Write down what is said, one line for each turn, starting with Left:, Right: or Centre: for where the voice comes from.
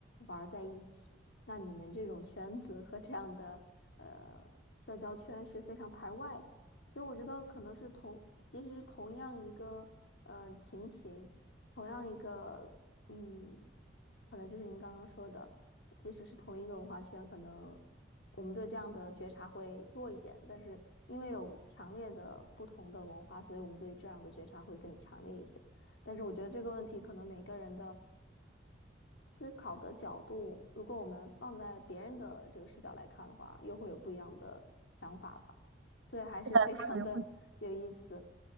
Left: 玩儿在一起，那你们这种圈子和这样的呃社交圈是非常排外的。所以我觉得可能是同，即使是同样一个嗯、呃情形，同样一个嗯，可能就是您刚刚说的，即使是同一个文化圈，可能我们对这样的觉察会弱一点，但是因为有强烈的不同的文化，所以我们对这样的觉察会更强烈一些。但是我觉得这个问题可能每个人的。思考的角度，如果我们放在别人的这个视角来看的话，又会有不一样的想法吧。所以还是非常的有意思。
Right: 是的，他们会